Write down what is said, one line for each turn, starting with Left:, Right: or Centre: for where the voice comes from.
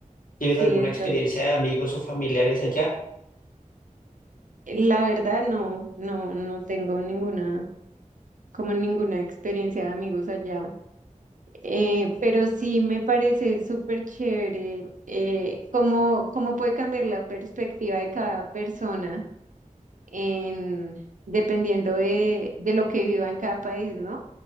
Left: ¿Tienes
Right: Sí,
Left: alguna
Right: estás.
Left: experiencia de amigos o familiares allá?
Right: La verdad, no, no, no tengo ninguna, como ninguna experiencia de amigos allá. Eh, pero sí me parece súper chévere eh, cómo, cómo puede cambiar la perspectiva de cada persona en, dependiendo de, de lo que viva en cada país, ¿no?